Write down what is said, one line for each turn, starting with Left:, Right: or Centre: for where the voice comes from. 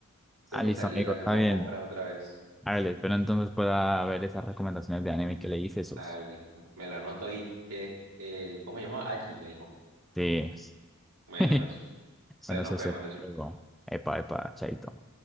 Right: Tengo
Centre: Ah,
Right: que
Centre: listo,
Right: salir
Centre: amigo,
Right: a hacer
Centre: está
Right: unas
Centre: bien.
Right: compras otra vez.
Centre: A ver, espero entonces pueda ver esas recomendaciones de anime que le hice, esos.
Right: Dale, me lo anoto ahí, que es el, ¿cómo se llamaba? Allí me dijo.
Centre: Sí.
Right: Bueno,
Centre: <laughs>
Right: socio, entonces
Centre: Bueno,
Right: nos
Centre: eso es
Right: vemos, socio.
Centre: luego. Epa, epa, chaito.